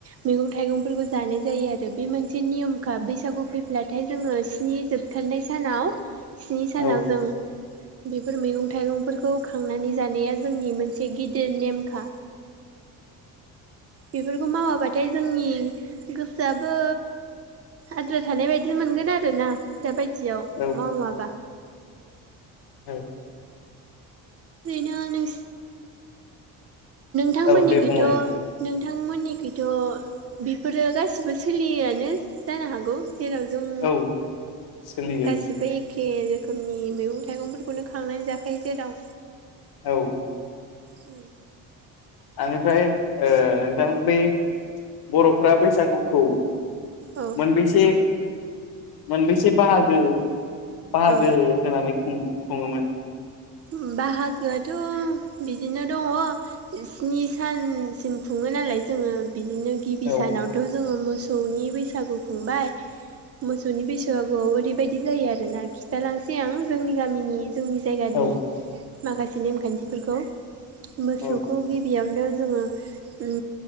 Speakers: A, on the right; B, on the left.
A: मैगं थाइगं थाइगंफोरखौ जानाय जायो आरो बे मोनसे नियम खा बैसागु फैब्लाथाय जोङो स्नि जोबथारनाय सानाव स्नि सानाव
B: औ
A: जों बेफोर मैगं थाइगंफोरखौ खांनानै जानाया जोंनि मोनसे गिदिर नेमखा बेफोरखौ मावाबा थाय जोंनि गोसोआबो आद्रा थानाय बायदि मोनगोन आरोना दा बाय दियाव
B: औ
A: मावा
B: औ
A: ओरैनो नों
B: औ
A: थांमोननिखैथ
B: दे बुंलाय
A: नों थांमोननिखैथ बेफोरो गासिबो सोलियोआनो जानो हागौ जेराव जों
B: औ सोलियो
A: गासिबो एखे एखे रोखोमनि मैगं थाइगंफोरखौनो खांनानै जाखायो जेराव
B: औ
A: उम
B: आंनिफ्राय ओ नोंथां बे बर'फ्रा बैसागुखौ
A: औ
B: मोनबेसे मोनबेसे बाहागो बाहागो
A: औ
B: होनानै खुं खुङोमोन।
A: उम बाहागोआथ' बिदिनो दङ इस स्नि सानसिम खुङो नालाय जोङो बिदिनो गिबि
B: औ
A: सानावथ' जोङो मोस सौनि बैसागु खुंबाय मोसौनि बैस सागुआव ओरैबायदि जायो आरोना खिथालांसै आं जोंनि गामिनि जोंनि जायगानि
B: औ
A: माखासे नेमखान्थिफोरखौ मोसौखौ
B: औ
A: गिबियावनो ज जोङो उम